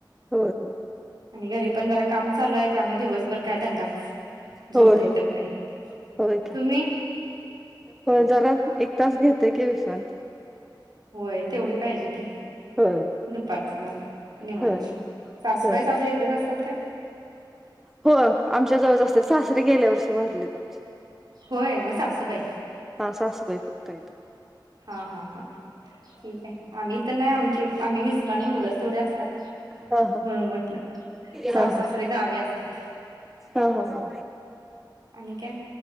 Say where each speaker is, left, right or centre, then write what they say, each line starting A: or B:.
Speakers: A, in the centre; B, on the right.
A: होय होय.
B: आणि घरी पण जरा काम चालू आहे त्यामुळे दिवसभर काय दंगाच झोप
A: होय
B: भेटत
A: होय
B: नाही.
A: होय का
B: तुम्ही?
A: हो जरा एक तास घेतोय की विश्रांती.
B: होय तेवढी पाहिजे की.
A: होय
B: दुपारचं घरा निवांत
A: होय
B: सासूबाई
A: होय
B: सासरी इथच असतात काय.
A: हो आमच्या जवळ असते सासरे गेल्या वर्षी भरलेत आमचे.
B: होय मग सासू बाई-
A: हा सासुबाई फक्तयेत.
B: हा हा हा हा ठीक आहे. आम्ही तर नाही आमचे आम्ही मिस्टर आणि मुलंच तेवढे असतात.
A: हा हा हा
B: म्हणून म्हटलं
A: हा
B: सथ सारे गावी असतात.
A: हा हा हा.
B: आणि काय.